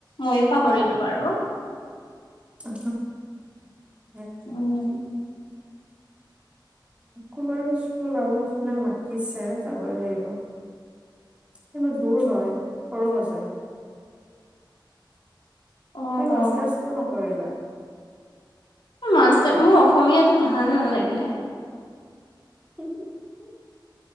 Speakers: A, on the left (about 85°); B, on the right (about 15°).
A: ময়ো পাহৰিলো বাৰু
B: উহ হো
A: উম'।
B: খবৰ বাৰু পাইছো আৰু এফালে মাতিছে যাবই লাগিব। কিন্তু দূৰ হয় সৰু সজাই।
A: অ
B: তুমি মাষ্টাৰছ
A: অ
B: কিয় নকৰিলা?
A: মাছটাৰ মোৰ অসমীয়াটো ভাল নালাগিলে।
B: <unintelligible>